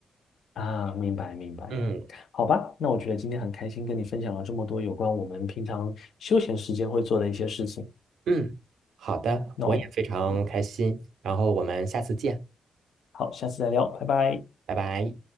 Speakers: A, on the left; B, on the right.
A: 啊。明白明白，
B: 嗯
A: 好吧，那我觉得今天很开心跟你分享了这么多有关我们平常休闲时间会做的一些事情。
B: 嗯，好的，
A: 那我，
B: 我也非常开心。
A: 嗯，
B: 然后我们下次见。
A: 好，下次再聊，拜拜。
B: 拜拜。